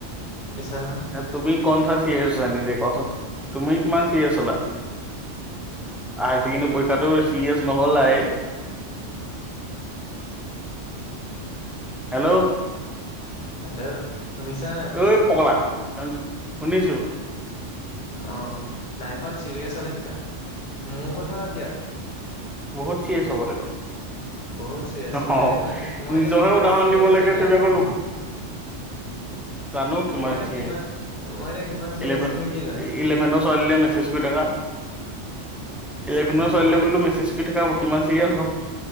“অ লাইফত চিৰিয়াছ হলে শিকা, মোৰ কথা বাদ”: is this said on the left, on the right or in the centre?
Left